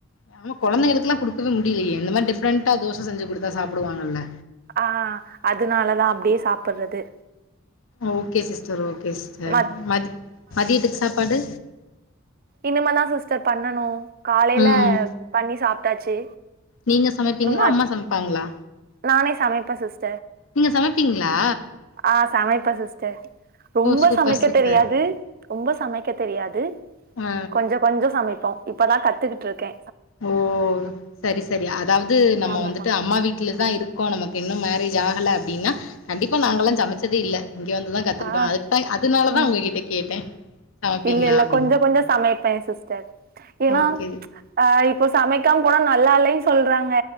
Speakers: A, on the left (about 70°); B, on the right (about 45°).
A: நம்ம கொலந்தைகளுக்கெல்லா குடுக்கவே முடியலையே இந்த மாரி டிஃப்ரண்டா தோச செஞ்சு கொடுத்தா சாப்டுவாங்கல்ல
B: ஆ அதனாலதா அப்படியே சாப்படுறது
A: ஓகே சிஸ்டர் ஓகே சிஸ்டர்
B: மத்
A: மதி மதியத்துக்கு சாப்பாடு
B: இனிமதா சிஸ்டர் பண்ணனு காலைல
A: ம்
B: பண்ணி சாப்ட்டாச்சு
A: நீங்க சமைப்பீங்ளா
B: இன்னு மத்
A: அம்மா சமப்பாங்ளா
B: நானே சமைப்ப சிஸ்
A: நீங்க சமைப்பீங்ளா
B: ஆ சமைப்ப சிஸ்டர் ரொம்ப
A: சூப்பர்
B: சமைக்க
A: சூப்பர்
B: தெரியாது ரொம்ப சமைக்க தெரியாது
A: ஆ
B: கொஞ்ச கொஞ்ச சமைப்போ இப்பதா கத்துக்குட்ருக்கே
A: ஓ சரி சரி அதாவ்து நம்ம
B: ஆமாமா
A: வந்துட்டு அம்மா வீட் ட்லி தா இருக்கோ நமக்கு இன்னு மேரேஜ் ஆகல அப்டின்னா கண்டிப்பா நாங்கல்லா சமச்சதே இல்ல இங்க வந்துதா கத்துக்குட்டோ
B: ஆ
A: அதுக்தா அதுனாலதா
B: ம்
A: உங்ககிட்ட கேட்டே சமைப்பீங்களா
B: இல்ல இல்ல
A: அப்டின்னு
B: கொஞ்ச கொஞ்சோ சமைப்பே சிஸ்டர் ஏனா
A: ஓகே
B: அ இப்போ சமைக்காம் போனா நல்லால்லைன் சொல்றாங்க